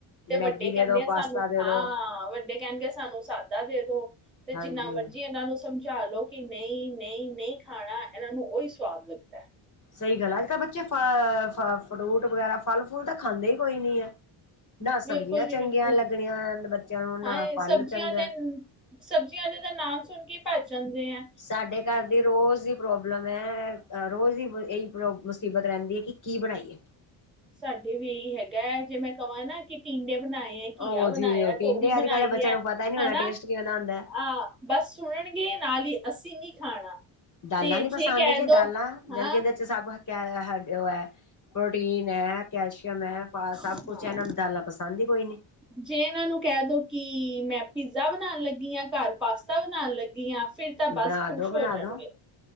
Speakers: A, in the centre; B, on the left.
A: ਤੇ ਵੱਡੇ
B: ਮੈਗੀ ਦੇ
A: ਕਹਿੰਦੇ
B: ਦੋ
A: ਆ
B: ਪਾਸਤਾ
A: ਸਾਨੂੰ
B: ਦੇ
A: ਹਾਂ
B: ਦੋ
A: ਵੱਡੇ, ਕਹਿਣਗੇ ਸਾਨੂੰ ਸਾਦਾ ਦੇ ਦੋ ਤੇ
B: ਹਾਂਜੀ
A: ਜਿੰਨਾ ਮਰਜੀ ਇਹਨਾਂ ਨੂੰ ਸਮ ਸਮਝਾ ਲਓ ਕਿ ਨਹੀਂ ਨਹੀਂ ਨਹੀਂ ਖਾਣਾ ਇਹਨਾ ਨੂੰ ਉਹੀ ਸਵਾਦ ਲੱਗਦਾ।
B: ਸਹੀ ਗੱਲ ਹੈ। ਅੱਜ ਕੱਲ ਬੱਚੇ ਫ ਫ ਫਰੂਟ ਵਗੈਰਾ ਫਲ ਫੁਲ ਤਾਂ ਖਾਂਦੇ ਹੀ ਕੋਈ ਨੀ ਹੈ। ਨਾ ਸਬਜ਼ੀਆਂ
A: ਬਿਲਕੁਲ
B: ਚੰਗੀਆਂ
A: ਜੀ ਬਿਲਕੁਲ।
B: ਲੱਗਣੀਆਂ ਬੱਚਿਆਂ ਨੂੰ ਨਾ
A: ਹਾਂ, ਇਹ
B: ਫਲ
A: ਸਬਜ਼ੀਆਂ
B: ਚੰਗਾ।
A: ਦੇ ਸਬਜ਼ੀਆਂ ਦਾ ਤਾਂ ਨਾਮ ਸੁਣ ਕੇ ਭੱਜ ਜਾਂਦੇ ਆ।
B: ਸਾਡੇ ਘਰ ਦੀ ਰੋਜ਼ ਪ੍ਰੋਬਲਮ ਹੈ ਰੋਜ਼ ਦੀ ਇਹੀ ਪ੍ਰੋ ਮੁਸੀਬਤ ਰਹਿੰਦੀ ਕਿ ਕੀ ਬਣਾਈਏ
A: ਸਾਡੇ ਵੀ ਇਹੀ ਹੈਗੈ ਜੇ ਮੈਂ ਕਵਾਂ ਨਾ ਕਿ ਟੀਂਡੇ ਬਣਾਏ
B: ਉਹ
A: ਘੀਆ ਬਣਾਇਆ
B: ਜੀ ਟੀਂਡੇ
A: ਤੋਰੀ ਬਣਾਈ
B: ਅੱਜ ਕੱਲ੍ਹ ਦੇ ਬੱਚਿਆਂ
A: ਹੈ
B: ਨੂੰ ਪਤਾ ਹੀ ਨਹੀਂ ਹੋਣਾ
A: ਹਨਾ
B: ਟੇਸਟ ਕਿਵੇਂ ਦਾ ਹੁੰਦਾ।
A: ਆਹ ਬਸ ਸੁਣਨਗੇ ਨਾਲ ਹੀ ਅਸੀਂ ਨੀ ਖਾਣਾ
B: ਦਾਲਾਂ
A: ਤੇ
B: ਨੀ
A: ਜੇ
B: ਪਸੰਦ
A: ਕਹਿ
B: ਜੀ
A: ਦੋ
B: ਦਾਲਾਂ
A: ਹਾਂ
B: ਜਦ ਕਹਿੰਦੇ ਸਭ ਹੈ ਉਹ ਹੈ ਪ੍ਰੋਟੀਨ ਹੈ ਕੈਲਸ਼ੀਅਮ ਹੈ ਫ ਸਭ
A: ਹਾਂ
B: ਕੁਛ ਹੈ ਇਹਨਾਂ ਨੂੰ ਦਾਲਾਂ ਪਸੰਦ ਹੀ ਕੋਈ ਨੀ
A: ਜੇ ਇਹਨਾਂ ਨੂੰ ਕਹਿ ਦੋ ਕਿ ਮੈਂ ਪੀਜ਼ਾ ਬਨਾਣ ਲੱਗੀ ਆਂ ਘਰ ਪਾਸਤਾ ਬਨਾਣ ਲੱਗੀ ਆਂ ਫਿਰ ਤਾਂ
B: ਬਣਾ
A: ਬਸ ਖ਼ੁਸ਼
B: ਦੋ ਬਣਾ
A: ਹੋ ਜਾਣਗੇ
B: ਦੋ